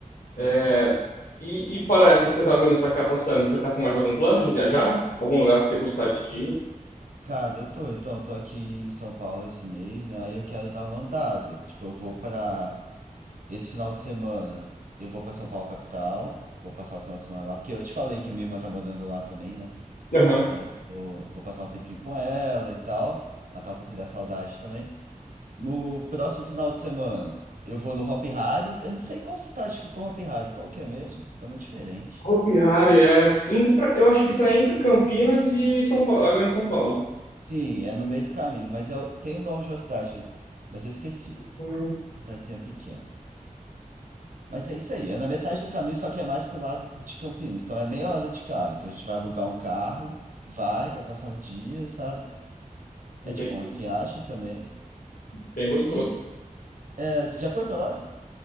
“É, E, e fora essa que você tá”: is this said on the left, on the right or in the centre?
Left